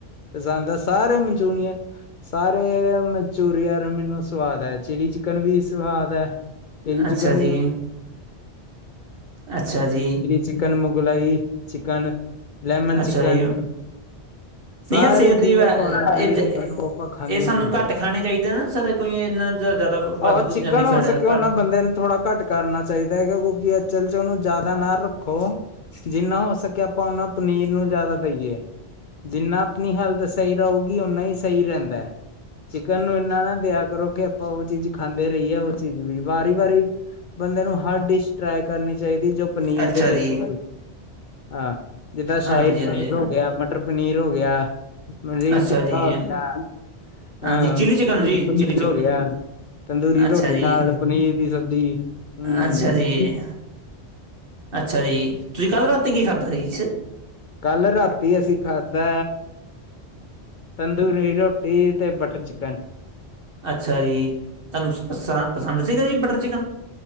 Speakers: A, on the left; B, on the right.
A: ਪਸੰਦ ਐ, ਸਾਰੇ ਮਨਚੂਰੀਨ ਸਾਰੇ ਮਨਚੂਰੀਅਨ ਮੈਨੂੰ ਸਵਾਦ ਆ, ਚਿਲੀ ਚਿਕਨ ਵੀ ਸਵਾਦ ਹੈ, ਚਿੱਲੀ ਚਿਕਨ
B: ਅੱਛਾ ਜੀ ਅੱਛਾ ਜੀ
A: ਚਿਕਨ ਮੁਗਲਾਈ, ਚਿਕਨ, ਲੈਮਨ
B: ਅੱਛਾ
A: ਚਿਕਨ
B: ਜੀ
A: ਸਾਰੇ
B: ਨਹੀਂ ਆ ਸਿਹਤ
A: ਜਿੰਨੇ
B: ਲਈ,
A: ਕੁਆਂਟਿਟੀ
B: ਇਹ,
A: ਹੈਗੀ ਆ ਉਹ ਆਪਾਂ ਖਾਂਦੇ
B: ਇਹ ਸਾਨੂੰ
A: ਹੁੰਦੇ
B: ਘੱਟ
A: ਆ।
B: ਖਾਣੇ ਚਾਹੀਦੇ ਨਾ ਸਰ ਈ ਇੰਨਾ ਜ਼ਿਆਦਾ ਵੱਧ
A: ਆਹੋ ਚਿਕਨ
B: ਵਧ ਜਾਂਦੀ ਫੈਟ
A: ਹੋ ਸਕੇ
B: ਕਾਰਨ
A: ਉਹਨਾਂ ਬੰਦੇ ਨੂੰ ਥੋੜ੍ਹਾ ਘੱਟ ਕਰਨਾ ਚਾਹੀਦਾ ਹੈਗਾ ਕਿਉਂਕਿ ਅਚਲ 'ਚ ਉਹਨੂੰ ਜ਼ਿਆਦਾ ਨਾ ਰੱਖੋ ਜਿੰਨਾ ਹੋ ਸਕੇ ਆਪਾਂ ਉਹਨਾ ਪਨੀਰ ਨੂੰ ਜ਼ਿਆਦਾ ਦੇਈਏ ਜਿੰਨਾ ਆਪਣੀ ਹੈਲਥ ਸਹੀ ਰਹੁਗੀ, ਓਹਨਾ ਹੀ ਸਹੀ ਰਹਿੰਦਾ ਚਿਕਨ ਨੂੰ ਇੰਨਾ ਨਾ ਦਇਆ ਕਰੋ ਕਿ ਆਪਾਂ ਉਹ ਚੀਜ਼ ਖਾਂਦੇ ਰਹੀ ਹੈ ਉਹ ਚੀਜ਼ ਵੀ, ਵਾਰੀ- ਵਾਰੀ, ਬੰਦੇ ਨੂੰ ਹਰ ਡਿਸ਼ ਟਰਾਈ ਕਰਨੀ ਚਾਹੀਦੀ, ਜੋ ਪਨੀਰ
B: ਅੱਛਾ
A: ਦੇ ਵਿੱਚ
B: ਜੀ
A: ਚਹੀ, ਹਾਂ ਜਿੱਦਾਂ ਸ਼ਾਇਰ
B: ਹਾਂਜੀ ਹਾਂਜੀ
A: ਪਨੀਰ ਹੋ ਗਿਆ ਮਟਰ ਪਨੀਰ ਹੋ ਗਿਆ ਪਨੀਰ
B: ਅੱਛਾ
A: ਟੀਕਾ
B: ਜੀ
A: ਹੋ ਗਿਆ,
B: ਹਾਂਜੀ
A: ਹਾਂ
B: ਚਿੱਲੀ
A: ਲਾਹੋਰੀ
B: ਚਿਕਨ ਜੀ
A: ਪਮੀਰ
B: ਚਿੱਲੀ ਚਿਕਨ
A: ਹੋ ਗਿਆ ਤੰਦੂਰੀ
B: ਅੱਛਾ
A: ਰੋਟੀ
B: ਜੀ
A: ਨਾਲ, ਪਨੀਰ ਦੀ ਸਬਜ਼ੀ, ਹਮ
B: ਅੱਛਾ ਜੀ ਅੱਛਾ ਜੀ, ਤੁਸੀਂ ਕੱਲ੍ਹ ਰਾਤੀ ਕੀ ਖਾਧਾ ਜੀ, ਇਸ
A: ਕੱਲ ਰਾਤੀ ਅਸੀਂ ਖਾਧਾ ਤੰਦੂਰੀ ਰੋਟੀ ਤੇ ਬਟਰ ਚਿਕਨ
B: ਅੱਛਾ ਜੀ, ਤੁਹਾਨੂੰ ਪਸਾ ਪਸੰਦ ਸੀਗਾ ਜੀ ਬਟਰ ਚਿਕਨ